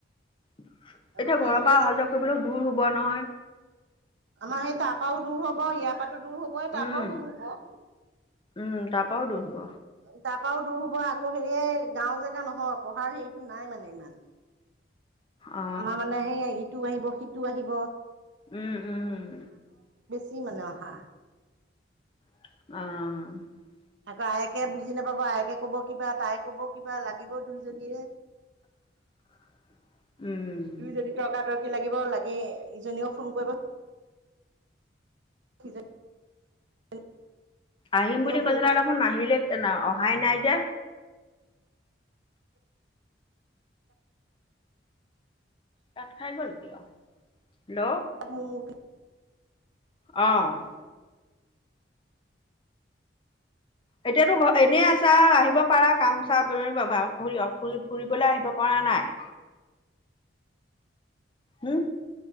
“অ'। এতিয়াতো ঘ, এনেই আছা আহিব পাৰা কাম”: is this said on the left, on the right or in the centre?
Left